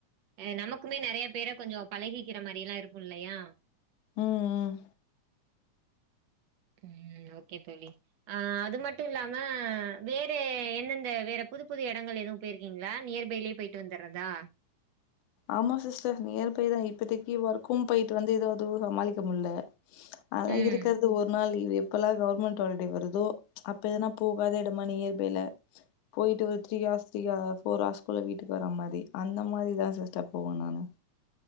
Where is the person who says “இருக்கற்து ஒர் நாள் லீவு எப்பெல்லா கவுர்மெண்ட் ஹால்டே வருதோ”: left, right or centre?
Left